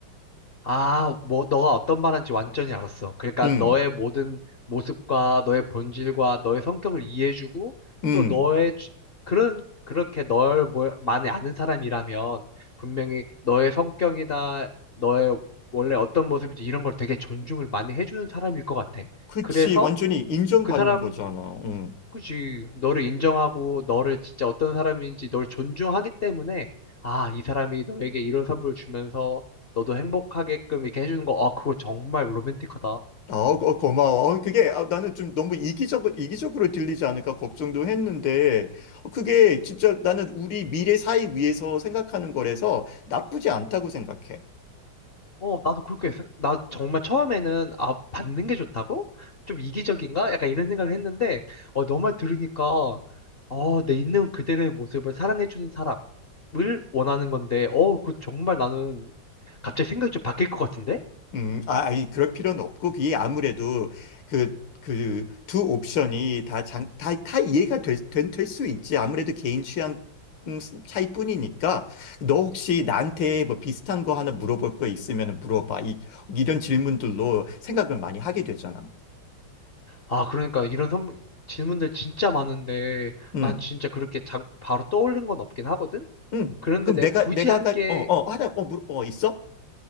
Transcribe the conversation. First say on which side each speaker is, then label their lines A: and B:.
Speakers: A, on the left; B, on the left.
A: 아, 뭐, 너가 어떤 말한지 완전히 알았어. 그러니까
B: 음,
A: 너의 모든 모습과 너의 본질과 너의 성격을 이해해주고
B: 음,
A: 또 너의 주- 그런 그렇게 널 뭐- 많이 아는 사람이라면 분명히 너의 성격이나 너의 원래 어떤 모습인지 이런 걸 되게 존중을 많이 해주는 사람일 것 같아.
B: 그치
A: 그래서
B: 완전히 인정받는
A: 그 사람
B: 거잖아. 음.
A: 그지. 너를 인정하고 너를 진짜 어떤 사람인지 널 존중하기 때문에 아, 이 사람이 너에게 이런 선물을 주면서 너도 행복하게끔 이렇게 해주는 거, 아, 그거 정말 로맨틱하다.
B: 아, 어, 어, 고마워. 어, 그게 아, 나는 좀 너무 이기적, 이기적으로 들리지 않을까 걱정도 했는데 어, 그게 진짜 나는 우리 미래 사회 위해서 생각하는 거라서 나쁘지 않다고 생각해.
A: 어, 나도 그렇게, 생- 나 정말 처음에는, 아, 받는 게 좋다고? 좀 이기적인가? 약간 이런 생각을 했는데, 어, 너 말 들으니까, 어, 내 있는 그대로의 모습을 사랑해주는 사람을 원하는 건데, 어, 그 정말 나는 갑자기 생각이 좀 바뀔 것 같은데?
B: 음, 아, 아니, 그럴 필요는 없고 그게 아무래도 그, 그 두 옵션이 다, 장, 다, 다 이해가 될, 된- 될, 수 있지. 아무래도 개인 취향 음, 차이뿐이니까 너 혹시 나한테 뭐 비슷한 거 하나 물어볼 거 있으면 물어봐. 이, 이런 질문들로 생각을 많이 하게 되잖아.
A: 아, 그러니까 이런 선- 질문들 진짜 많은데
B: 음.
A: 난 진짜 그렇게 자- 바로 떠올린 건 없긴 하거든?
B: 응.
A: 그런데
B: 그럼
A: 내가
B: 내가,
A: 굳이
B: 내가,
A: 한
B: 가,
A: 게,
B: 어, 어, 하나, 어, 물, 어, 있어?